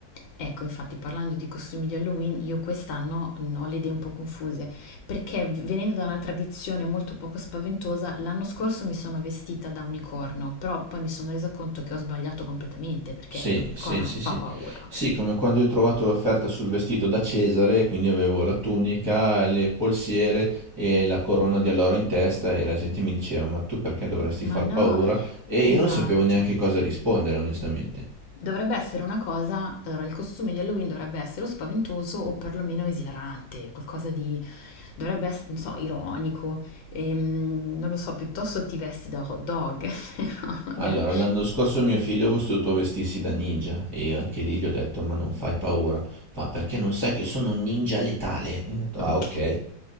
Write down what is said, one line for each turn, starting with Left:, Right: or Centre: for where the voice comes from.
Left: Ecco, infatti parlando di costumi di Halloween, io quest'anno mh, ho le idee un po' confuse, perché venendo da una tradizione molto poco spaventosa, l'anno scorso mi sono vestita da unicorno, però poi mi sono resa conto che ho sbagliato completamente, perché
Right: Sì,
Left: l'unicorno
Right: sì, sì,
Left: non fa
Right: sì.
Left: paura.
Right: Sì, come quando io ho trovato l'offerta sul vestito da Cesare, quindi avevo la tunica, le polsiere e la corona di alloro in testa e la gente mi diceva, ma tu perché dovresti
Left: Ma
Right: far
Left: no,
Right: paura? E
Left: esatto.
Right: io non sapevo neanche cosa rispondere, onestamente.
Left: Dovrebbe essere una cosa, allora il costume di Halloween dovrebbe essere o spaventoso o perlomeno esilarante, qualcosa di, dovrebbe essere, non so, ironico, ehm, non lo so, piuttosto ti vesti da hot dog, <laughs> No,
Right: Allora,
Left: magari,
Right: l'anno scorso mio figlio ha voluto vestirsi da ninja e io anche lì gli ho detto, ma non fai paura. Fa, perché non sai che sono un ninja letale? E ho detto, ah,
Left: ok.
Right: ok.